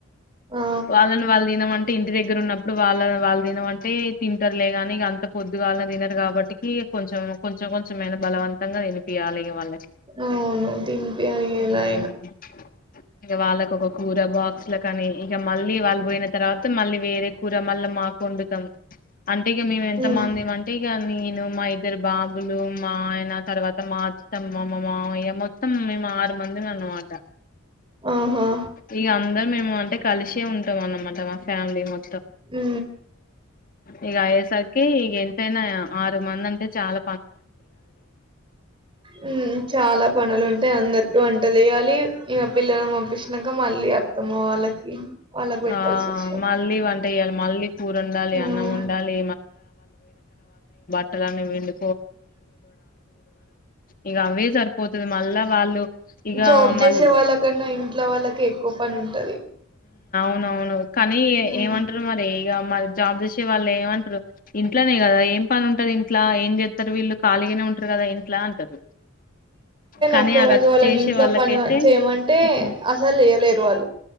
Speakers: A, on the right; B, on the left.
A: ఆ
B: వాళ్ళని వాళ్ తినమన్ ఇంటి దగ్గర ఉన్నప్పుడు వాళ్ళద్ వాళ్ళు తినమంటే తింటారులే గానీ ఇగ అంత పొద్దుగాళ్ళు తినరు కాబట్టికి కొంచెం కొంచెం కొంచెమైన బలవంతంగా తినిపియాలి ఇగ వాళ్ళ
A: అవును తినిపియాలీ ఇగ
B: ఉమ్
A: ఎలాగైనా
B: ఇగ వాళ్ళకొక కూర బాక్స్ ల కాని ఇగ మళ్ళీ వాళ్ళు పోయిన తర్వాత మళ్ళీ వేరే కూర మల్ల మాకొండుతాం అంటే ఇగ మేము ఎంత
A: ఉమ్
B: మంది ఏమంటే ఇగ ని ను మా ఇద్దరు బా బులు మా ఆయన తర్వాత మా అత్తమ్మ మా మామయ్య మొత్తం మేము ఆరు మందిమి అన్నమాట
A: ఆహా
B: ఇగ అందర్ మేము అంటే కలిసే ఉంటాం అన్నమాట మా ఫ్యామిలీ మొ
A: మ్
B: ఇగ అయ్యేసరికి ఇగ ఎంతైనా ఆర్ త మందంటే చాల
A: హమ్ చాలా పనులు ఉంటాయి అందరికి వంట చేయాలి ఇగ పిల్లలను పంపించ్చునంక మళ్ళీ అత్తమ్మ వాళ్ళకి వాళ్ళకు పెట్టాల్సొస్తది
B: ఆ మళ్ళీ వంట చేయాలి మళ్ళీ కూర వండాలి
A: హుమ్
B: అన్నం వండాలి ట్టలన్ని పిండ్ ఇగ అవే సరిపోతాది మళ్ళా వాళ్ళు ఇక
A: జాబ్ చేసే
B: మళ్
A: వాళ్ళ కన్నా ఇంట్లో వాళ్లకే ఎక్కువ పని ఉంటది
B: అవును అవును కానీ
A: ఉమ్
B: ఏమంటారు మరి ఇక మరి జాబ్ చేసే వాళ్ళు ఏమంటారు ఇంట్లోనే కదా ఏం పని ఉంటాది ఇంట్ల ఏం చే తరు వీళ్లు ఖాళీ గానే ఉన్ కదా ఇంట్ల అంటారు కానీ
A: ఒక్క
B: ఆడ
A: రోజు వాళ్ళని
B: చేసే
A: ఇంట్లో
B: వాళ్లకి
A: పని
B: అయితే
A: చేయమంటే
B: ఉహు
A: అసలు చేయలేరు వాళ్ళు